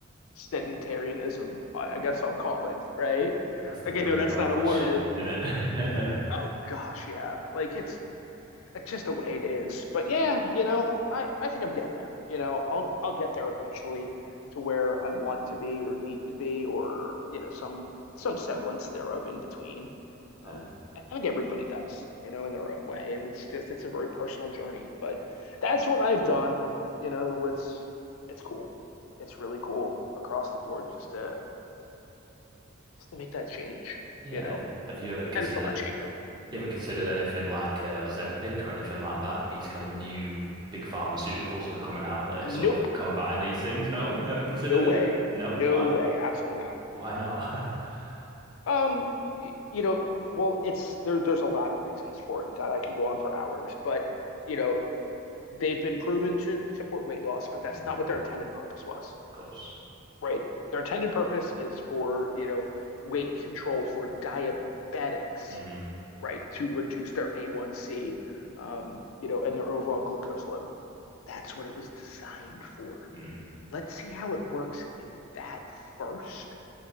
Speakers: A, on the left; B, on the right.
A: sedentarianism, I, guess I'll call it, right?
B: That's the
A: Okay,
B: million
A: no, that's
B: dollar
A: not
B: question,
A: a word.
B: isn't it?
A: Oh
B: <laughs>
A: gosh, yeah. Like it's it's just the way it is. But yeah, you know, I I think I'm getting there. You know, I'll I'll get there eventually to where I want to be or need to be or, you know, some some semblance thereof in between. Um,
B: Uh,
A: I think everybody does, you know, in their own way. And it's just, it's a very personal journey, but that's what I've done. You know, it's, it's cool. It's really cool across the board just to, just to make that change,
B: yeah.
A: you know,
B: Have, have you ever considered
A: and it's a lot cheaper.
B: you ever considered anything like uh, Ozempic or anything like that? These kind of new big pharmaceuticals that are coming out that are
A: Nope.
B: sort of combating these things? No, never considered
A: No way.
B: it. No,
A: No
B: why?
A: way. Absolutely not.
B: Why not? <laughs>
A: Um, you know, well, it's there, there's a lot of reasons for it. And God, I could go on for hours, but you know, they've been proven to support weight loss, but that's
B: Mhm,
A: not what their intended purpose was.
B: of course.
A: right? Their intended purpose is for, you know, weight control for diabetics,
B: Mm-hmm.
A: right? To reduce their A1C, um, you know, and their overall glucose load. That's what it was designed for.
B: hmm
A: Let's see how it works in that first,